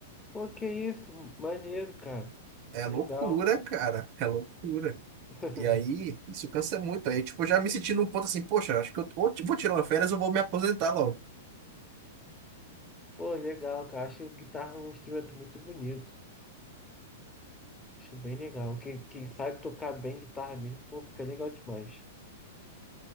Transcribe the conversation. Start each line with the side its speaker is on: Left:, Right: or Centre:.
Left: Pô, que isso? Maneiro, cara.
Right: É
Left: Legal.
Right: loucura, cara. É loucura.
Left: <laughs>
Right: E aí, isso cansa muito. Aí, tipo, eu já me senti num ponto assim, poxa, acho que eu ou ti- vou tirar uma férias ou vou me aposentar logo.
Left: Pô, legal, cara. Acho guitarra um instrumento muito bonito. Acho bem legal. Quem, quem sabe tocar bem guitarra mesmo, pô, fica legal demais.